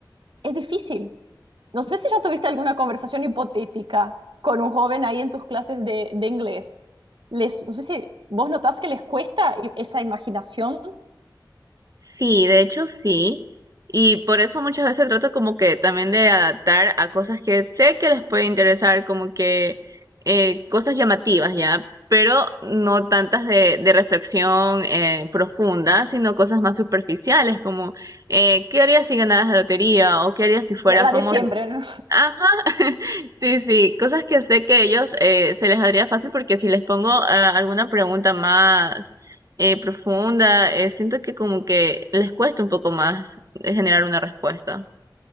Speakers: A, on the right; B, on the right.
A: es difícil, no sé si ya tuviste alguna conversación hipotética con un joven ahí en tus clases de, de inglés. Les, no sé si vos notás que les cuesta i- esa imaginación,
B: Sí, de hecho sí. Y por eso muchas veces trato como que también de adaptar a cosas que sé que les puede interesar, como que eh, cosas llamativas ya, pero no tantas de, de reflexión eh, profunda, sino cosas más superficiales como eh, ¿qué harías si ganaras la lotería? o ¿qué harías si fueras
A: la la
B: famoso?
A: de siempre, ¿no?
B: Ah, Sí, sí, cosas que sé que ellos eh, se les haría fácil porque si les pongo ah, alguna pregunta más eh, profunda, eh, siento que como que les cuesta un poco más eh, generar una respuesta.